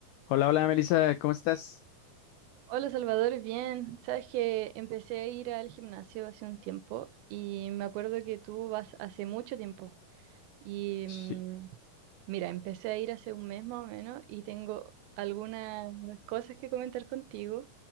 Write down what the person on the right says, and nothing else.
Hola Salvador, bien. Sabes que empecé a ir al gimnasio hace un tiempo y me acuerdo que tú vas hace mucho tiempo. Y
mm, mira, empecé a ir hace un mes más o menos y tengo algunas cosas que comentar contigo.